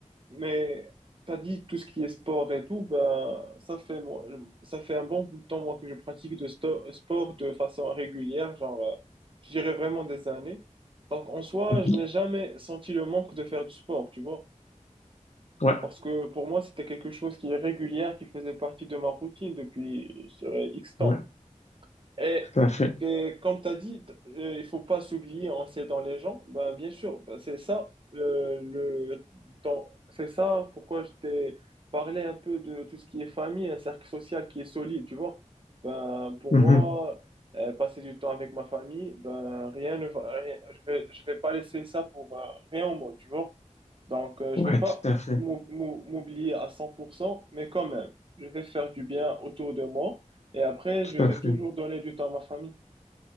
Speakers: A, on the right; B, on the left.
A: Mais tu as dit tout ce qui est sport et tout, ben, ça fait, moi, ça fait un bon bout de temps, moi, que je pratique de sto- sport de façon régulière, genre, euh, je dirais vraiment des années. Donc, en soi,
B: Mhm.
A: je n'ai jamais senti le manque de faire du sport, tu vois.
B: Ouais,
A: Parce que pour moi, c'était quelque chose qui est régulière, qui faisait partie de ma routine depuis, je dirais, X temps.
B: ouais,
A: Et
B: tout à fait.
A: que, comme tu as dit, t- euh, il faut pas s'oublier en s'aidant les gens. Ben, bien sûr, ben, c'est ça, euh, le, dans- c'est ça pourquoi je t'ai parlé un peu de tout ce qui est famille, un cercle social qui est solide, tu vois. Ben, pour
B: Mhm.
A: moi, euh, passer du temps avec ma famille, ben, rien ne va, rien- je vais, je vais pas laisser ça pour euh, rien au monde, tu vois. Donc, euh, je
B: Ouais,
A: vais pas
B: tout à fait,
A: m'ou- m'ou- m'oublier à cent, pour cent, mais quand même, je vais faire du bien autour de moi. Et après,
B: tout
A: je vais
B: à fait.
A: toujours donner du temps à ma famille.